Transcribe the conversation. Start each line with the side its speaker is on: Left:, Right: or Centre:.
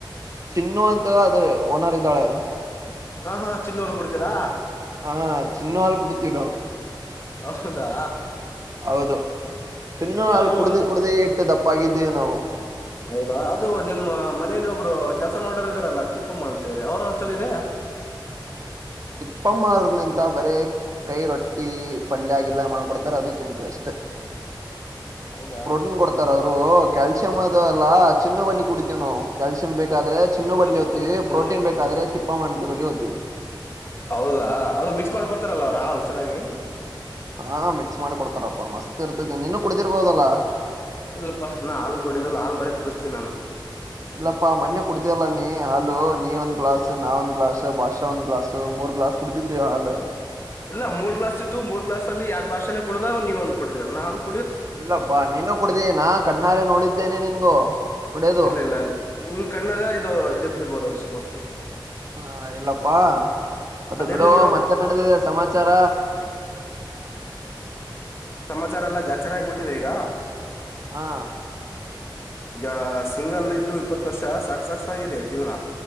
Right: ಚಿನ್ನು ಅಂತ ದೇ ಓನರ್ ಇದ್ದಾಳೆ.
Left: ಹಾ ಹಾ ಚಿನ್ನೂರ ಕುಡಿತೀರಾ?
Right: ಹಾ ಚಿನ್ನು ಹಾಲ್ ಕುಡಿತಿವಿ ನಾವ್
Left: ಹೌದಾ
Right: ಹೌದು ಚಿನ್ನು
Left: ಮತ್ತೆ
Right: ಹಾಲ
Left: ಅವರು
Right: ಕುಡ್ದ
Left: ಒಂದು
Right: ಕುಡ್ದೇ ಇಟ್ಟ ದಪ್ಪಾಗಿದ್ದೇವೆ ನಾವ.
Left: ಹೌದಾ ಅದು ನಿಮ್ಮ ಮನೇಲಿ ಒಬ್ರು ಕೆಲಸ ಮಾಡೋರು ಇದಾರಲ್ಲ ತಿಪ್ಪಮ್ಮ ಅಂತ ಹೇಳಿ ಅವ್ರ ಹಲ್ ಚಲ ಇದೆ
Right: ತಿಪ್ಪಮ್ಮಾರ ನಿಂತ ಬರೇ ಕೈ ರೊಟ್ಟಿ ಪಲ್ಯಗಿಲ್ಯಾ ಮಾಡ್ಕೊಡ್ತಾರ ಅದು ತಿಂತೀವಿ ಅಷ್ಟೆ.
Left: ಹೌದಾ
Right: ಪ್ರೋಟೀನ್ ಕೊಡ್ತಾರ ಅವರು. ರೂ ಕೆಲ್ಸಾ ಚಿನ್ನೂ ಬಿಲ್ಲಿ
Left: ನೀವು
Right: ಕುಡಿತೀವಿ ನಾವು ಕ್ಯಾಲ್ಸಿಯಮಂ ಬೇಕಾದ್ರೆ ಚಿನ್ನು
Left: ಈ ಕಡೆಗಂದ್ರೆ
Right: ಬಲ್ಲಿ ಹೋಗ್ತೀವಿ
Left: ಹತ್ತಿಗಳಿರತ್ತೆ
Right: ಪ್ರೋಟೀನ್ ಬೇಕಾದ್ರೆ ತಿಪ್ಪ ಮಂಟಿ ಬಲ್ಲಿ ಹೋಗ್ತೀವಿ.
Left: ಹೌದಾ ಅದು ಮಿಕ್ಸ್ ಮಾಡ್ಕೊಡ್ತಾರಲ್ಲ ಅವ್ರಾ ಅಲ್ ಚೆನ್ನಾಗಿ.
Right: ಹಾ ಮಿಕ್ಸ್ ಮಾಡಿ ಕೊಡ್ತಾರಪ್ಪಾ ಮಸ್ತ್. ಇರ್ತೈತೆ ನೀನು ಕುಡ್ದಿರ್ಬೋದಲ್ಲಾ
Left: ಇಲ್ಲಪ್ಪಾ ನಾ ಹಾಲು ಕೊಡಿದ್ದಿಲ್ಲ ಹಾಲ್ ಬರ ಕುಡಸ್ ಚ ನಾನು
Right: ಇಲ್ಲಪ್ಪಾ ಮೊನ್ನೆ ಕುಡ್ದಲ್ಲ ನೀ ಹಾಲು ನೀ ಒಂದ್ ಗ್ಲಾಸ್ ನಾ ಒಂದ್ ಗ್ಲಾಸ್ ಭಾಷಾ ಒಂದ್ ಗ್ಲಾಸ್ ಮೂರ್ ಗ್ಲಾಸ್ ಕುಡತಿದೀವಿ ಹಾಲು
Left: ಇಲ್ಲ ಮೂರ್ ಗ್ಲಾಸ್ ಮೂರ್ ಗ್ಲಸ್ ಅಲ್ಲಿ ಎರಡ್ ಭಾಷೆಡದಾವ ನೀವ ಒಂದ್ಡೀರ ನಾಕು
Right: ಇಲ್ಲಪ್ಪಾ ನೀನು ಕುಡ್ದಿ ನಾ ಕಣ್ಣಾರೆ ನೋಡಿದ್ದೇನೆ ನಿನ್ಗೂ ಕುಡಿಯೋದು
Left: ಇಲ್ಲ ಇಲ್ಲ ನಿ ಕಣ್ಣಗ ಇದು ಇದು ಬಿರ್ಬೋದು ಮೋಸ್ಟ್ಲಿ
Right: ಹಾ ಇಲ್ಲಪ್ಪಾ ಅದು
Left: ಅದ
Right: ಬಿಡು
Left: ಇರ್ಲಿ
Right: ಮತ್ತೆ ನಡೆದಿದೆ ಸಮಾಚಾರ
Left: ಸಮಚಾರ ಎಲ್ಲಾ ಗ್ರಹಚಾರಆಗ್ಬಿಟ್ಟಿದೆ ಈಗ
Right: ಹಾ
Left: ಯಾ ಸಿಂಗಲ್ ಇದ್ದು ಇಪ್ಪತ್ತು ವರ್ಷ ಸಾಕ್ ಸಾಕ್ಗಾಗಿದೆ ಜೀವನ